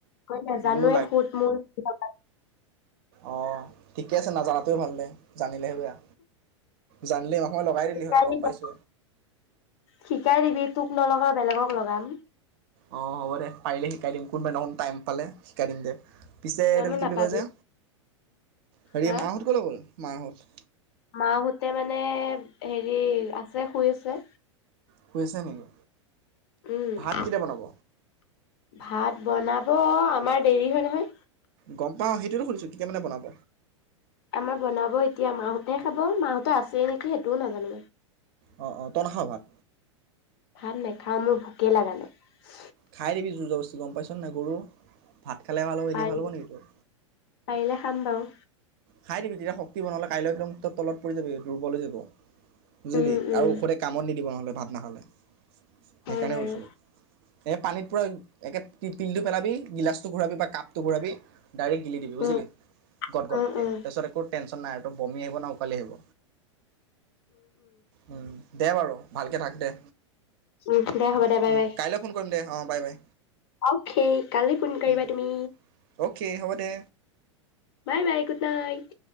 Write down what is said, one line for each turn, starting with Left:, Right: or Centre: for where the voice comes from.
Left: মই জানোৱে
Right: এনেও
Left: সুত মূল কিহত লাগে।
Right: অ ঠিকে আছে নাজানাটোয়ে ভাল দে জানিলেহে বেয়া জানিলে নহয় লগাই দিলি
Left: শিকাই
Right: হয় গম
Left: দিবি
Right: পাইছো
Left: শিকাই দিবি তোক নলগাও বেলেকক লগাম
Right: অ হ'ব দে পাৰিলে শিকাই দিম কোনোবা দিনাখন টাইম পালে শিকাই দিম দে পিছে
Left: কিয়নো
Right: এইডাল কি
Left: নাপাবি
Right: বুলি কয় যে হেৰি
Left: হা
Right: মাহঁত ক'লে গ'ল মাহঁত
Left: মাহঁতে মানে হেৰি আছে শুই আছে
Right: শুই আছে নেকি
Left: উম
Right: ভাত কেতিয়া বনাব
Left: ভাত বনাব আমাৰ দেৰি হয় নহয়
Right: গম পাওঁ সেই টোয়েতো সোধিছোঁ কেতিয়া মানে বনাব
Left: আমাৰ বনাব এতিয়া মাহঁতে খাব মাহঁতে আছে নেকি সেইটোও নাজানো
Right: অ অ তই নাখাৱ ভাত
Left: ভাত নেখাওঁ মোৰ ভোক ভোকে লাগা নাই।
Right: খাই দিবি জোৰ জবস্তি গম পাইছ নাই গৰু ভাত খালে ভাল হ'ব এনেই
Left: পাৰি
Right: ভাল হ'ব নেকি তোৰ
Left: পাৰিলে খাম বাৰু
Right: খাই দিবি তেতিয়া শক্তি বনালে কাইলৈ একদম ত তলত পৰি যাবি দুৰ্বল হৈ যাবি বুজিলি
Left: উম উম
Right: আৰু ঔষধে কামত নিদিব নহ'লে। ভাত নাখালে। সেইকাৰণে
Left: হয় বাৰু
Right: কৈছোঁ এই পানীত পূৰা একে পিলটো পেলাবি গিলাচটো ঘূৰাবি বা কাপটো ঘূৰাবি ডাইৰেক্ট গিলি দিবি বুজিলি
Left: উম
Right: গ'ট গ'ট
Left: উম
Right: তাৰপিছতে
Left: উম
Right: আকৌ টেনশ্যন নাই আৰুটো বমি আহিব ন উকালি আহিব উম দে বাৰু ভালকে থাকে দে
Left: উম দে হ'ব দে বাই
Right: উম,
Left: বাই
Right: কাইলৈ ফোন কৰিম দে অঁ বাই বাই
Left: অকে কালি ফোন কৰিবা
Right: উম,
Left: তুমি
Right: অ'কে হ'ব দে
Left: bye bye good night